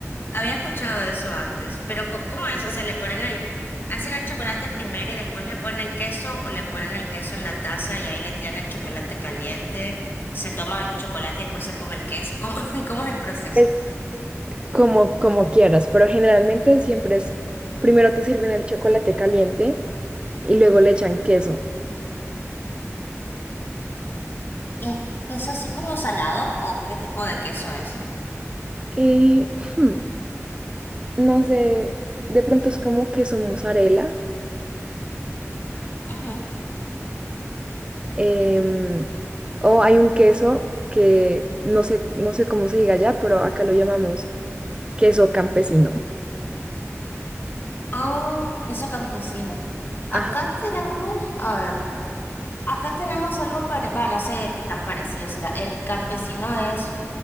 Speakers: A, on the left; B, on the right.
A: Había escuchado eso antes, pero co- ¿cómo es? O sea, le ponen el, hacen el chocolate primero y después le ponen el queso o le ponen el queso en la taza y ahí le tiran el chocolate caliente, se toma el chocolate y después se come el queso. ¿Cómo, <laughs> cómo es el proceso?
B: Es- como, como quieras, pero generalmente siempre es, primero te sirven el chocolate caliente y luego le echan queso.
A: ¿Y es queso así como salado o qué tipo de queso es?
B: Eh, hmm, no sé, de pronto es como queso mozzarella.
A: Ujú.
B: Em, o hay un queso que no sé, no sé cómo se diga allá pero acá lo llamamos queso campesino.
A: Oh, queso campesino. Acá
B: Ajá.
A: tenemos, a ver, acá tenemos algo parecido, bueno, no sé qué tan parecido será. El campesino es,